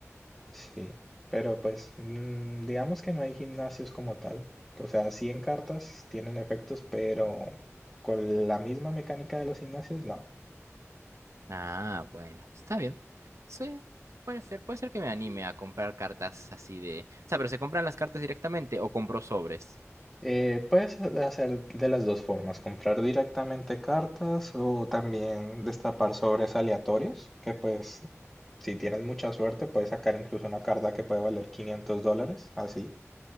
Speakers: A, in the centre; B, on the right.
A: Sí, pero pues mm, digamos que no hay gimnasios como tal. O sea, sí en cartas tienen efectos, pero con la misma mecánica de los gimnasios, no.
B: Ah, bueno, está bien. Sí, puede ser. Puede ser que me anime a comprar cartas así de... O sea, pero ¿se compran las cartas directamente o compro sobres?
A: Eh, puedes hacer de las dos formas, comprar directamente cartas o también destapar sobres aleatorios, que pues si tienes mucha suerte puedes sacar incluso una carta que puede valer 500 dólares, así.